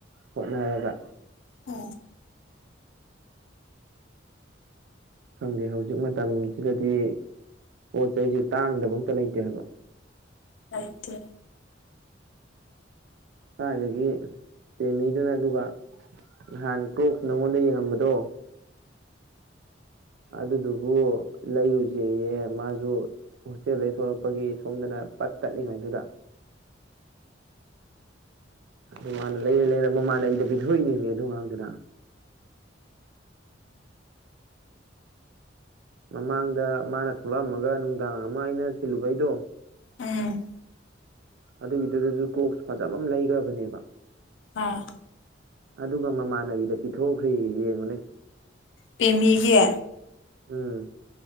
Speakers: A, on the right; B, on the left.
A: ꯍꯣꯠꯅꯔꯒ
B: ꯍ
A: ꯈꯪꯗꯦ ꯍꯧꯖꯤꯛ ꯃꯇꯝꯁꯤꯗꯗꯤ ꯄꯣꯠ ꯆꯩꯩꯁ ꯇꯥꯡꯗꯕ ꯑꯝꯇ ꯂꯩꯇꯦ ꯍꯥꯏꯕ
B: ꯍꯥꯏꯗꯤ
A: ꯁꯥꯏꯗꯒꯤ ꯆꯦꯃꯤꯗꯨꯅ ꯑꯗꯨꯒ ꯅꯍꯥꯟ ꯀ꯭ꯔꯣꯛꯁ ꯅꯪꯉꯣꯟꯗ ꯌꯦꯡꯉꯝꯕꯗꯣ ꯑꯗꯨꯗꯨꯕꯨ ꯂꯩꯔꯨꯁꯦꯌꯦ ꯃꯥꯁꯨ ꯍꯣꯁꯇꯦꯜꯗꯒꯤꯩ ꯊꯣꯛꯂꯛꯄꯒꯤ ꯁꯣꯝꯗꯅ ꯄꯠ ꯇꯠꯂꯤꯉꯩꯗꯨꯗ ꯑꯗꯨ ꯃꯥꯅ ꯂꯩꯔ ꯂꯩꯔ ꯃꯃꯥꯟꯅꯕꯤꯗ ꯄꯤꯊꯣꯛꯏꯅꯦꯅꯦ ꯑꯗꯨ ꯉꯥꯡꯗꯅ ꯃꯃꯥꯡꯗ ꯃꯥꯅ ꯊꯣꯛꯂꯛꯑꯝꯃꯒ ꯅꯨꯡꯗꯥꯡ ꯑꯃ ꯑꯩꯅ ꯊꯤꯜꯂꯨꯕꯩꯗꯣ
B: ꯎꯝ
A: ꯑꯗꯨꯒꯤꯗꯨꯗꯁꯨ ꯀꯣꯛꯁ ꯐꯖꯕ ꯑꯃ ꯂꯩꯈ꯭ꯔꯕꯅꯦꯕ
B: ꯑꯥ
A: ꯑꯗꯨꯒ ꯃꯃꯥꯟꯅꯕꯤꯗ ꯄꯤꯊꯣꯛꯈ꯭ꯔꯦ ꯌꯦꯡꯉꯨꯅꯦ
B: ꯄꯤꯃꯤꯒꯤ
A: ꯎꯝ